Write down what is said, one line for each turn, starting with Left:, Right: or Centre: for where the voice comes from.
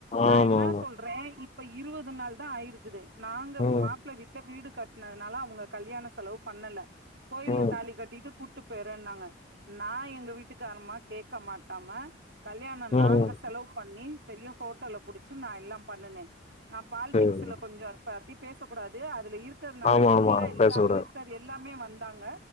Right: நா
Left: ஆமாமா.
Right: என்னா சொல்றேன் இப்ப இருவது நாள் தான் ஆயிருக்குது நாங்க
Left: ம்,
Right: மாப்பிள்ள வீட்ல வீடு கட் பண்ணதுனால அவுங்க கல்யாண செலவு பண்ணல கோயில்ல
Left: ம்,
Right: தாலி கட்டீட்டு கூட்டு போயர்றேன்னாங்க நா எங்க வீட்டுக்காருமா கேக்க மாட்டாம கல்யாணோ
Left: ம்.
Right: நாங்க செலவு பண்ணி பெரிய ஹோட்டல புடிச்சு நா எல்லா பண்ணுனே நா பாலிடிக்ஸ்ல
Left: சரிங்க.
Right: கொஞ்சோ இருப்ப அத பத்தி பேச கூடாது அதுல இருக்கிறதுனால
Left: ஆமாமா.
Right: ஃபுல்லா எல்லா
Left: பேசக்கூடாது.
Right: மினிஸ்டர் எல்லாமே வந்தாங்க